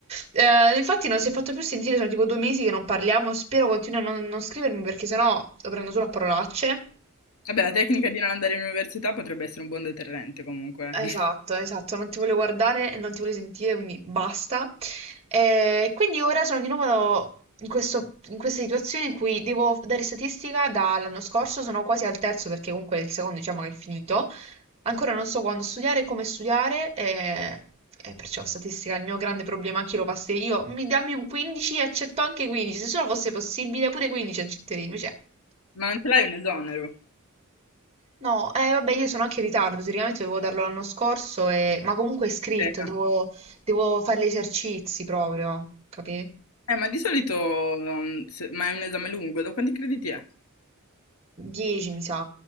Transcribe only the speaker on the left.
Vabbè, la tecnica di non andare in università potrebbe essere un buon deterrente comunque.
<laughs>
Ma non ce l'hai un esonero?
Eh, no.
Eh, ma di solito, um, se- ma è un esame lungo, da quanti crediti è?